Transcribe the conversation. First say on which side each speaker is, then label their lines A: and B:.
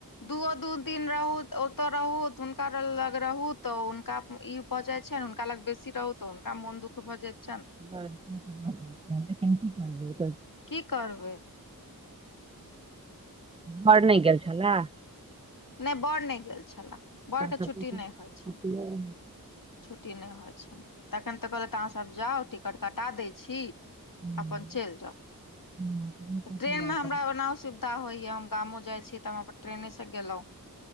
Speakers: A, on the left; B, on the right.
A: दूओ दू दिन रहू ओतऽ रहू त हुनका लग रहू तऽ हुनका ई भऽ जाइ छैन हुनका लग बेसी रहु तऽ हुनका मोन दुःख भऽ जाइ छैन।
B: <unintelligible>
A: की करबै।
B: बड़ नै गेल छेल्ला।
A: नै बड़ नै गेल छेल्लाह
B: एकरा
A: बड़के
B: सबके
A: छुट्टी
B: तऽ सोचले
A: नै होइ छैन।
B: रहै।
A: छुट्टी नहि होइ छनि, तखन तऽ कहलथि अहाँसभ जाउ टिकट कटा दै छी।
B: हँ
A: अपन चलि जाउ,
B: हँ, नीके
A: तऽ
B: केलहुँ
A: ट्रेन में
B: अपन
A: हमरा ओना से। तऽ होइया हम गामो जाइ छी तऽ हम ट्रेने से गेलहुं।